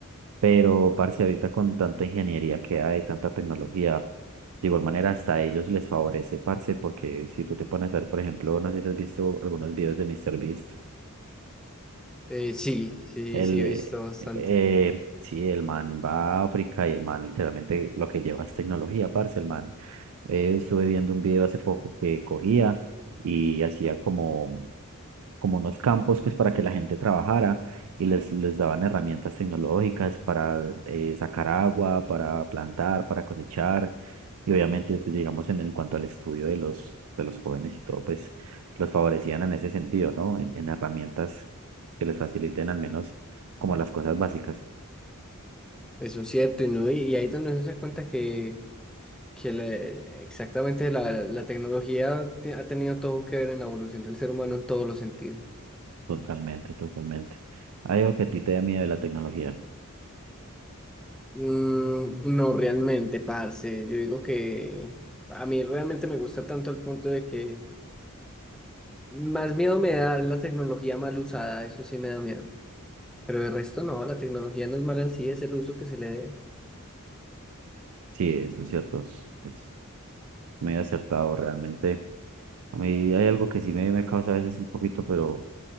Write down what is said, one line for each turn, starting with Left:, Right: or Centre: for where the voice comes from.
Right: Pero, parce, ahorita con tanta ingeniería que hay, tanta tecnología, de igual manera hasta a ellos les favorece, parce, porque si tú te pones a ver, por ejemplo, no sé si has visto algunos videos de MrBeast.
Centre: eh, sí, sí,
Right: El,
Centre: sí he
Right: eh,
Centre: visto bastante,
Right: eh, sí, el man va a África y el man literalmente lo que lleva es tecnología, parce, el man. Eh, estuve viendo un video hace poco que cogía y hacía como, como unos campos pues para que la gente trabajara y les, les daban herramientas tecnológicas para eh, sacar agua, para plantar, para cosechar y obviamente, pues, digamos, en, en cuanto al estudio de los, de los jóvenes y todo, pues los favorecían en ese sentido, ¿no? En, en herramientas que les faciliten al menos como las cosas básicas.
Centre: eso es cierto, y, no, y, y ahí es donde uno se da cuenta que, que la- exactamente la, la tecnología te- ha tenido todo que ver en la evolución del ser humano en todos los sentidos.
Right: Totalmente, totalmente. Hay algo que a ti te da miedo de la tecnología.
Centre: Mm, no, realmente, parce. Yo digo que a mí realmente me gusta tanto el punto de que más miedo me da la tecnología mal usada, eso sí me da miedo. Pero de resto no, la tecnología no es mala en sí, es el uso que se le dé.
Right: Sí, eso es cierto. Es, es muy acertado realmente. A mí hay algo que sí me, me causa a veces un poquito, pero